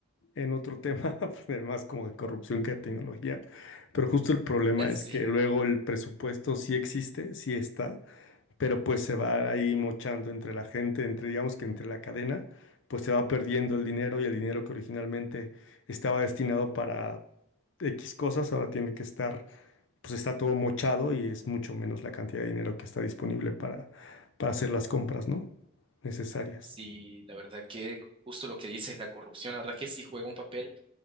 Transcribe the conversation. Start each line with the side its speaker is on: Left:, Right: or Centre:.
Left: en otro tema, <laughs> pues, más como de corrupción que de tecnología, pero justo el problema
Right: <laughs> Sí.
Left: es que luego el presupuesto sí existe, sí está, pero pues se va ahí mochando entre la gente, entre digamos que entre la cadena, pues se va perdiendo el dinero y el dinero que originalmente estaba destinado para X cosas, ahora tiene que estar, pues está todo mochado y es mucho menos la cantidad de dinero que está disponible para, para hacer las compras, ¿no? necesarias.
Right: Sí, la verdad que justo lo que dices, la corrupción, la verdad que sí juega un papel